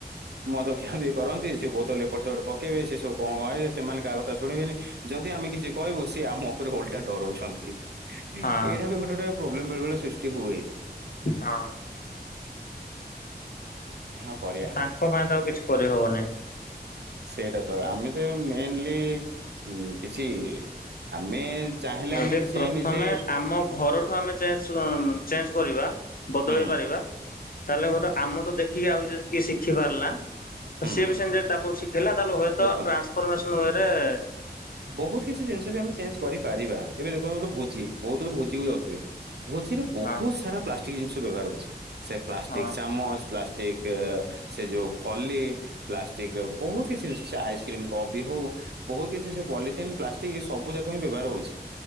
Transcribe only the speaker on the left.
ହଁ
ହଁ।
ତାଙ୍କ ପାଇଁ ତ ଆଉ କିଛି କରିହବନି।
ଯଦି
ପ୍ରଥମେ
ଆମ ଘରଠୁ ଆମେ ଚେଞ୍ଜ ନ ଚେଞ୍ଜ କରିବା। ବଦଳେଇ
ପାରିବା। ତାହେଲେ ଗୋଟେ ଆମଠୁ ଦେଖିକି ଆଉ ଯଦି କିଏ ଶିଖି ପାରିଲା।
ସିଏବି ସେମିତି ତାକୁ ଶିଖେଇଲା ତାହେଲେ ହୁଏ ଟ୍ରାନସଫରମେସନ
ରେ <unintelligible>
ହଁ
ହଁ